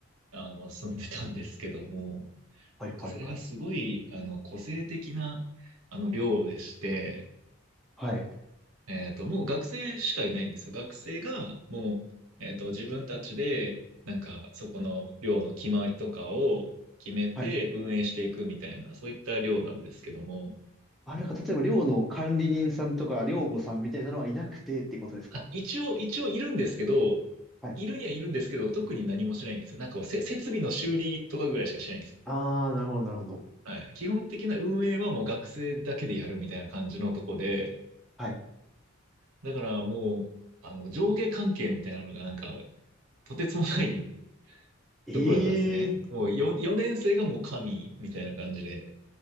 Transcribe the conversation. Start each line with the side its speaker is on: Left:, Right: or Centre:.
Right: あの、住んでたんですけども、
Centre: はい、
Right: なんかそれがすごい、
Centre: はい、はい。
Right: あの、個性的な、あの、量でして、
Centre: はい、
Right: えっと、もう学生しかいないんですよ。学生が、もう、えっと、自分たちで、なんか、そこの量の決まりとかを決めて運営していくみたいな、
Centre: はい。
Right: そういった量なんですけども、
Centre: あ、なんか、例えば、寮の管理人さんとか、寮母さんみたいなのはいなくてってことですか
Right: あ、一応、一応いるんですけど、
Centre: はい。
Right: いるにはいるんですけど、特に何もしないんですよ。なんかこう、せ、設備の修理とかぐらいしかしないんですよ。
Centre: あー、なるほど、なるほど。
Right: はい。基本的な運営はもう学生だけでやるみたいな感じのとこで、
Centre: はい。
Right: だからもう、あの、上下関係みたいなのがなんか、とてつもない
Centre: ええ
Right: ところだったんですね。もう4、4年生がもう神みたいな感じで。